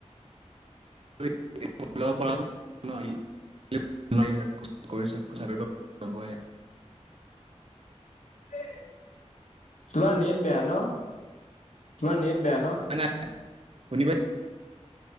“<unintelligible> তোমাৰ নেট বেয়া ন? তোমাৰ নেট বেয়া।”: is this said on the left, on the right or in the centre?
Left